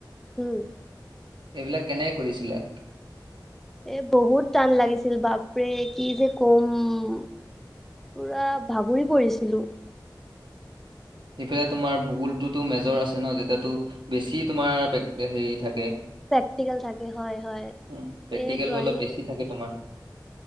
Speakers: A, in the centre; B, on the right (about 85°).
A: উম।
B: এইবিলাক কেনেক কৰিছিলে?
A: এ বহুত টান লাগিছিল বাপৰে কি যে কম পুৰা ভাগৰি পৰিছিলো।
B: সেইটোৱে তোমাৰ ভূগোলটোতো মেজৰ আছে ন যেতিয়াটো বেছি তোমাৰে পেক হেৰি থাকে।
A: প্ৰেক্টিকেল থাকে হয় হয়।
B: উম, প্ৰেক্টিকেলটো
A: এই ড্ৰয়িং
B: অলপ বেছি থাকে তোমাৰ।